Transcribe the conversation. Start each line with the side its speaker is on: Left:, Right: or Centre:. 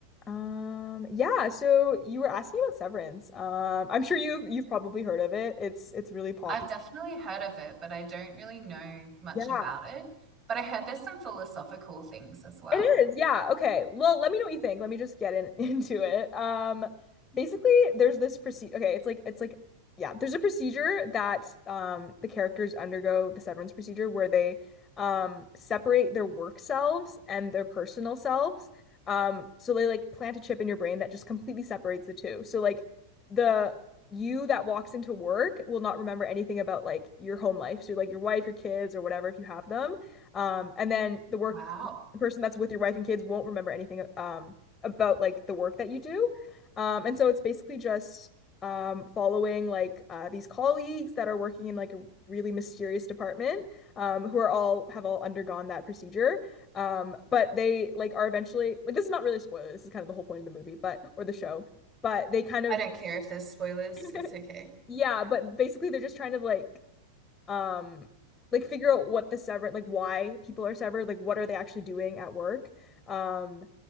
Left: Um, yeah, so you were asking about Severance. Um, I'm sure you've you've probably heard of it. It's it's really popular.
Right: I've definitely heard of it, but I don't really know much
Left: Yeah.
Right: about it. But I heard there's some philosophical things as well.
Left: It is, yeah. Okay. Well, let me know what you think. Let me just get in <laughs> into it. Um, basically, there's this procedure. Okay, it's like it's like yeah, there's a procedure that um the characters undergo the severance procedure where they um separate their work selves and their personal selves. Um, so they like plant a chip in your brain that just completely separates the two. So like the you that walks into work will not remember anything about like your home life. So like your wife, your kids, or whatever if you have them. Um, and then the work
Right: Wow.
Left: the person that's with your wife and kids won't remember anything um about like the work that you do. Um, and so it's basically just um following like uh, these colleagues that are working in like a really mysterious department um who are all have all undergone that procedure. Um, but they like are eventually like this is not really a spoiler. This is kind of the whole point of the movie, but or the show. But they kind of
Right: I don't care if there's spoilers.
Left: <laughs>
Right: It's okay.
Left: yeah, but basically they're just trying to like um like figure out what the sever like why people are severed, like what are they actually doing at work. Um